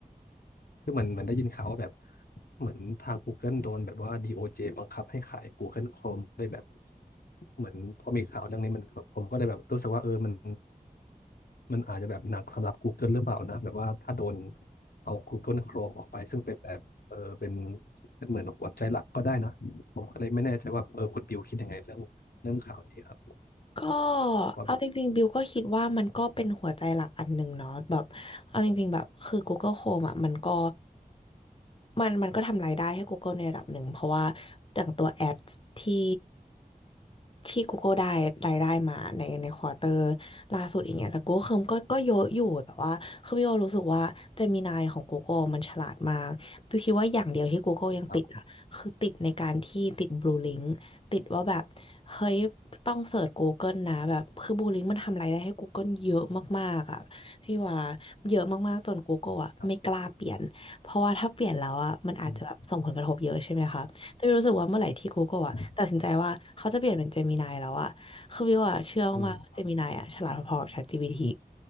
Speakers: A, on the left (about 80°); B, on the left (about 35°).
A: คือเหมือนเหมันได้ยินข่าวว่าแบบเหมือนทาง Google โดนแบบว่า DOJ บังคับให้ขาย Google Chrome ได้แบบเหมือนพอมีข่าวเรื่องนี้มันก็ผมก็เลยแบบรู้สึกว่าเออมันมันอาจจะแบบหนักสำหรับ Google หรือเปล่านะแบบว่าถ้าโดนเอา Google Chrome ออกไปซึ่งเป็นแบบเออเป็นเป็นเหมือนหัวใจหลักก็ได้นะผมก็เลยไม่แน่ใจว่าเออคุณบิวคิดยังไงเรื่องเรื่องข่าวนี้ครับ
B: ก็
A: ว่าแบบ
B: เอาจริงๆบิวก็คิดว่ามันก็เป็นหัวใจหลักอันหนึ่งเนาะแบบเอาจริงๆแบบคือ Google Chrome อ่ะมันก็มันมันก็ทำรายได้ให้ Google ในระดับหนึ่งเพราะว่าจากตัวแอดที่ที่ Google ได้รายได้มาในในควอเตอร์ล่าสุดอย่างเงี้ยแต่ Google Chrome ก็ก็เยอะอยู่แต่ว่าคือบิวรู้สึกว่า Gemini ของ Google มันฉลาดมากบิวคิดว่าอย่างเดียวที่ Google ยังติดอ่ะคือติดในการที่ติด
A: ครับ
B: Blue Link ติดว่าแบบเฮ้ยต้องเสิร์ช Google นะแบบคือบูลลิงมันทำรายได้ให้ Google เยอะมากๆอ่ะพี่ว่าเยอะมากๆจน Google อ่ะไม่กล้าเปลี่ยนเพราะว่าถ้าเปลี่ยนแล้วอ่ะมันอาจจะแบบส่งผลกระทบเยอะใช่ไหมคะแต่วิวรู้สึกว่าเมื่อไหร่ที่
A: ครับอืม
B: Google อ่ะตัดสินใจว่าเขาจะเปลี่ยนเป็น
A: ใช่
B: Gemini แล้วอ่ะคือวิวอ่ะเชื่อมากๆว่า
A: อืม
B: Gemini อ่ะฉลาดพอๆกับ ChatGPT